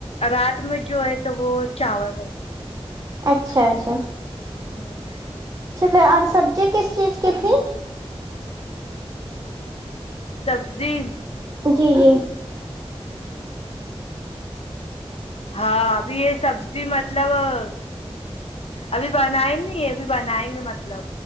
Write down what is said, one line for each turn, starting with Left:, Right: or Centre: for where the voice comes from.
Left: رات میں جو ہے تو وہ چاول رہتے
Right: اچھا اچھا
Left: ہوں
Right: چلے اور سبزی کس چیز کتنے
Left: سبزی
Right: جی جی
Left: ہاں ابھی یہ سبزی مطلب مطلب ابھی بنائیں گے ابھی بنائیں گے مطلب